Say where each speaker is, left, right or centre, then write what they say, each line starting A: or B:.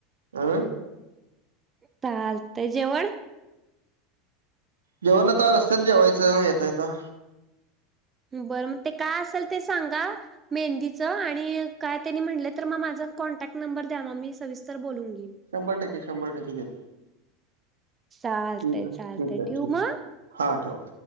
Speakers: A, on the right; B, on the right.
A: आ
B: चालतय जेवण
A: जेवण आता रस्त्यात जेवायचं येता येता.
B: बरं म ते काय असेल ते सांगा मेहंदीच आणि काय त्यांनी म्हणलं तर मग माझा कॉन्टॅक्ट नंबर द्या मग मी सविस्तर बोलून घेईन.
A: शंभर टक्के शंभर टक्के देत
B: चालतंय
A: ठीक आहे
B: चालतंय
A: ठीक आहे
B: ठेवू
A: ठीक
B: मग.
A: हा ठेव.